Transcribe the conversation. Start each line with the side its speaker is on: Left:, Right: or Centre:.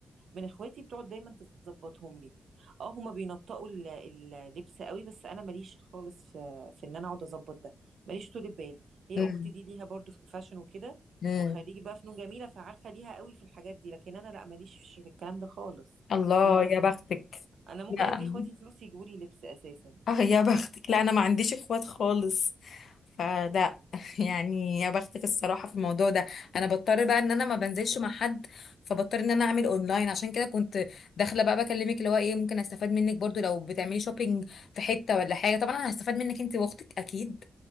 Right: من اخواتي بتقعد دايما تظبطهم لي اه هما بينطقوا ال- اللبس قوي بس انا ماليش خالص في في ان انا اقعد اظبط ده ماليش طول بال هي
Left: امم
Right: اختي دي ليها برضو في الفاشن وكده
Left: امم
Right: وخريجه بقى فنون جميله فعارفه ليها قوي في الحاجات دي لكن انا لا ماليش في الكلام ده خالص
Left: الله
Right: انا بزهق
Left: يا بختك
Right: انا ممكن
Left: لا
Right: ادي اخواتي فلوس يجيبوا لي لبس اساسا
Left: اه يا بختك لا انا ما عنديش اخوات خالص فلا <laughs> يعني يا بختك الصراحه في الموضوع ده انا بضطر بقى ان انا ما بنزلش مع حد فبضطر ان انا اعمل اونلاين عشان كده كنت داخله بقى بكلمك اللي هو ايه ممكن استفاد منك برضو لو بتعملي شوبينج في حته ولا حاجه طبعا انا هستفاد منك انت واختك اكيد